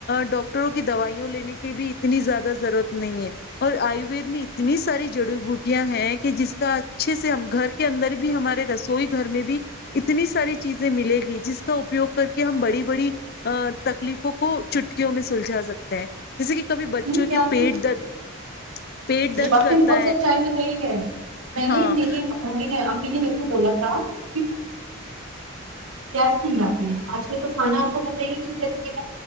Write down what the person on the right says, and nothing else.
نہیں کیا
آپ
مے
باپ
نے بہت
سچائی بتائی ہے میں
نے میری امی نے مے کو بولا تھا کہ تھا گیس آتی ہے آج کل تو کھانا آپ کو بت کس طریقے کا